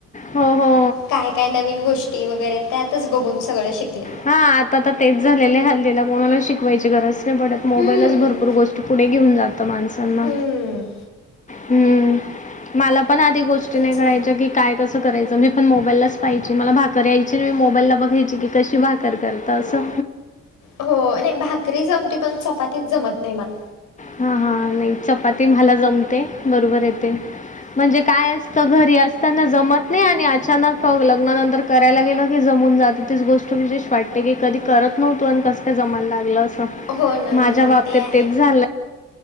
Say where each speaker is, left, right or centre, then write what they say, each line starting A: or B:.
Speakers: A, on the left; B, on the left.
A: हो हो
B: काय काय नवीन गोष्टी वगैरे त्यातच बघून सगळं शिकले
A: हा आता तर तेच झालेलय आहे हल्लीला कोणालाच शिकवायची गरज पडत मोबाईलच
B: हम्म
A: भरपूर गोष्ट पुढे घेऊन जातं माणसांना
B: हम्म
A: हम्म मला पण आधी गोष्टी
B: तेच
A: नाही कळायच्या
B: ना.
A: कि काय कसं करायचं मी पण मोबाईललाच पाहायचे मला भाकर यायचे <unintelligible> <unintelligible> बघायची की कशी भाकर करत असं
B: हो नाही भाकरी जमती पण चपातीच जमत नाही मला
A: हा हा नाही चपाती मला जमते बरोबर येते म्हणजे काय असतं घरी अस त्यांना जमत नाही आणि अचानक लग्नानंतर करायला गेल की जमून जात तीच गोष्ट शे वाट की कधी करत नव्हतो आणि कस का जमायला लागल अस
B: हो ना
A: माझ्या
B: हो ना
A: बाबतीत
B: आहे
A: ते झा